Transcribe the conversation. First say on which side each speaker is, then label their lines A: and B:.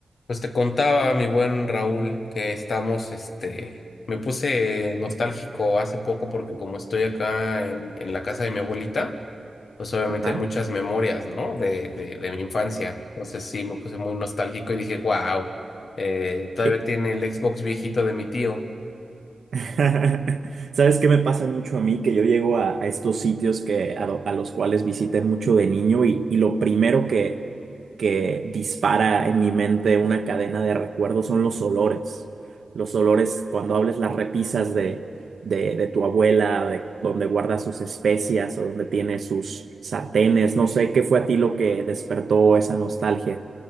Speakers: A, on the left; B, on the right.
A: Pues te contaba, mi buen Raúl, que estamos, este, me puse nostálgico hace poco porque como estoy acá en, en la casa de mi abuelita, pues obviamente
B: Ajá.
A: hay muchas memorias, ¿no? De, de, de mi infancia. Entonces sí, me puse muy nostálgico y dije, wow, todavía
B: ¿Qué?
A: tiene el Xbox viejito de mi tío.
B: <laughs> ¿Sabes qué me pasa mucho a mí? Que yo llego a, a estos sitios que, a, do- a los cuales visité mucho de niño y, y lo primero que, que dispara en mi mente una cadena de recuerdos son los olores. Los olores, cuando hables las repisas de, de, de tu abuela, de donde guarda sus especias o donde tiene sus sartenes, no sé, ¿qué fue a ti lo que despertó esa nostalgia?